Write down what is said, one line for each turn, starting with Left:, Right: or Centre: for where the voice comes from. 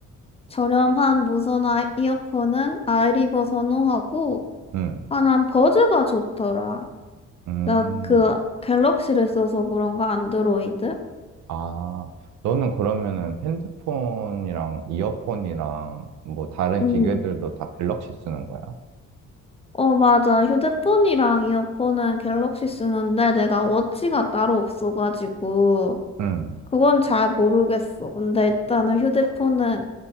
Left: 저렴한 무선 아, 이어폰은 아이리버 선호하고,
Right: 음,
Left: 아, 난 버즈가 좋더라.
Right: 음,
Left: 나 그 갤럭시를 써서 그런가, 안드로이드?
Right: 아, 너는 그러면은 핸드폰이랑 이어폰이랑 뭐 다른
Left: 음,
Right: 기계들도 다 갤럭시 쓰는 거야?
Left: 어, 맞아. 휴대폰이랑 이어폰은 갤럭시 쓰는데 내가 워치가 따로 없어가지고,
Right: 음,
Left: 그건 잘 모르겠어. 근데 일단은 휴대폰은